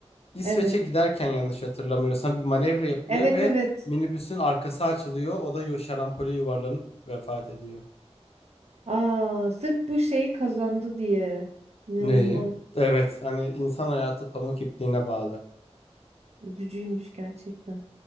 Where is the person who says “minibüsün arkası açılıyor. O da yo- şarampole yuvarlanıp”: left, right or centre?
Left